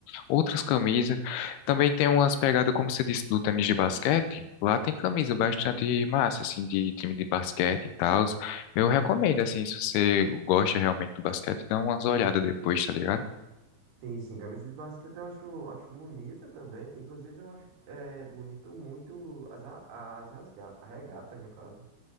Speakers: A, on the left; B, on the right.
A: outras camisas. Também tem umas pegadas, como você disse, do tênis de basquete. Lá tem camisa bastante massa, assim, de time de basquete e tal. Eu recomendo, assim, se você gosta realmente do basquete, dá umas olhadas depois, tá ligado?
B: Sim, sim, camisas de basquete eu acho, acho bonita também. Inclusive, eu acho é, bonito muito as, a- as rasga- regatas, no caso.